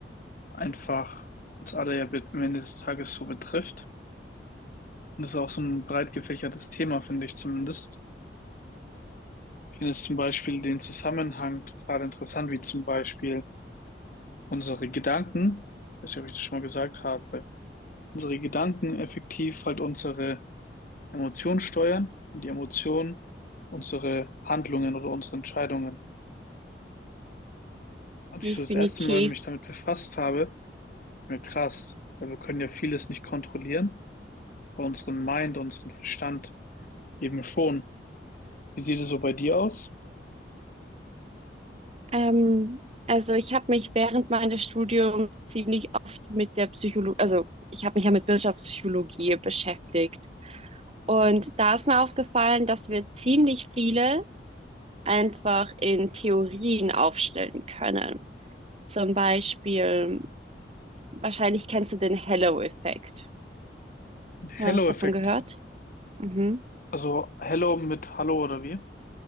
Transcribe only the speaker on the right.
Definitiv.
Ähm, also ich habe mich während meines Studiums ziemlich oft mit der Psychologie, also ich habe mich ja mit Wirtschaftspsychologie beschäftigt. Und da ist mir aufgefallen, dass wir ziemlich vieles einfach in Theorien aufstellen können. Zum Beispiel, wahrscheinlich kennst du den Hello-Effekt. Haben
wir was davon gehört? Mhm.